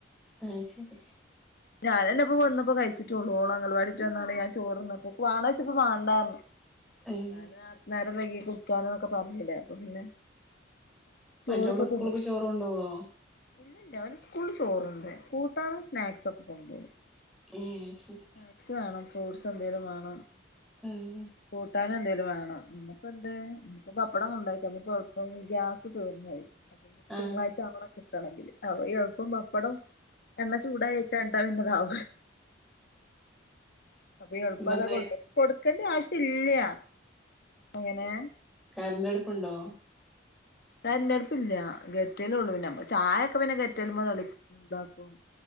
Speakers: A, in the centre; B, on the left (about 55°).
A: അയ് ശരി
B: ഞാൻ ഇപ്പോ വന്ന് പ്പോ കഴിച്ചിട്ടുള്ളൂ അങ്കൽവാടിട്ട് വന്നാണ് ഞാൻ ചോറ്ന്നപ്പോ വാണഴ്ച്ചപ്പോ വാണ്ടാർഞ്ഞു
A: ഏഹ്
B: ഞാന് നോരത്തി നേരം വൈകി കുടിക്കാൻന്നൊക്കെ പറഞ്ഞടേ അപ്പൊ പിന്നെ ചോറ്
A: മറ്റോള്
B: ഇപ്പം
A: സ്കൂൾക്ക്
B: തിന്ന
A: ചോറ് കൊണ്ടോവോ
B: ഇല്ലല്ല ഓന് സ്കൂള് ചോർ ഇണ്ട് കൂട്ടാനും സ്നാക്സ് ഒക്കെ കൊണ്ടോകും
A: ഏപ് അയ്ശരി
B: സ്നേക്സ് വാണം ഫ്രൂട്ട്സ് എന്തെലും വാണം
A: ഉം
B: കൂട്ടാനു എന്തേലും വേണം ഇന്ന് ഇപ്പം എന്തേ പപ്പടം കൊണ്ടക്കാ ഇന്ന് പൊ പ്പ ഗ്യാസ് തീർന്നോയി അപ്പഞ്ഞിപ്പോ
A: ആഹ്
B: തിങ്കളാഴ്ച ആവണം കിട്ടണങ്കില് അ ഈ എളുപ്പം പപ്പടം എണ്ണ ചൂടായിയച്ചാ ന്താലും അങ്ങാനാവും അപ്പീ എളുപ്പം
A: ഇപ്പൊ
B: അതാ
A: എന്താ
B: കൊണ്ടാ കൊടുക്കേണ്ട ആവശ്യം ഇല്ല എങ്ങനെ
A: കരണ്ടടുപ്പ്ണ്ടോ
B: കരന്റെടുപ്പില്ല ഗെറ്റൽ ഒള്ളു പിന്നെ ചായയൊക്കെ പിന്നെ ഗെറ്റൽ തള ഇണ്ടാക്കും